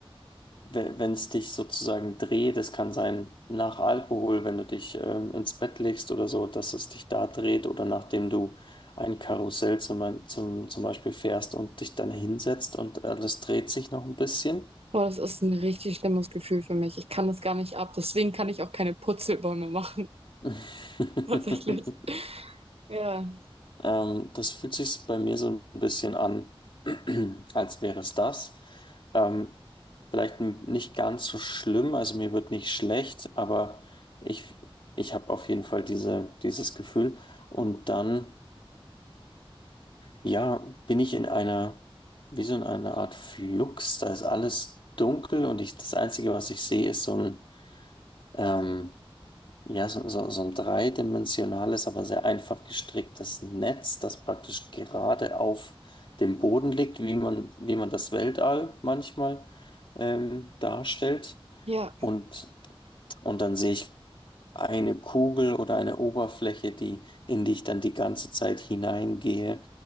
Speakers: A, on the left; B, on the right.
A: we- wenn es dich sozusagen dreht, es kann sein nach Alkohol, wenn du dich ähm, ins Bett legst oder so, dass es dich da dreht oder nachdem du ein Karussell zum, Be- zum, zum Beispiel fährst und dich dann hinsetzt und alles dreht sich noch ein bisschen.
B: Boah, das ist ein richtig schlimmes Gefühl für mich. Ich kann das gar nicht ab. Deswegen kann ich auch keine Purzelbäume machen,
A: <laughs>
B: <laughs> tatsächlich. Ja.
A: Ähm, das fühlt sich bei mir so ein bisschen an, <clears throat> als wäre es das. Ähm, vielleicht n- nicht ganz so schlimm, also mir wird nicht schlecht, aber ich, ich habe auf jeden Fall diese, dieses Gefühl. Und dann, ja, bin ich in einer, wie so in einer Art Flux, da ist alles dunkel und ich, das Einzige, was ich sehe, ist so ein, ähm, ja, so, so, so ein dreidimensionales, aber sehr einfach gestricktes Netz, das praktisch gerade auf dem Boden liegt, wie man, wie man das Weltall manchmal ähm, darstellt.
B: Ja,
A: Und und dann sehe ich eine Kugel oder eine Oberfläche, die, in die ich dann die ganze Zeit hineingehe,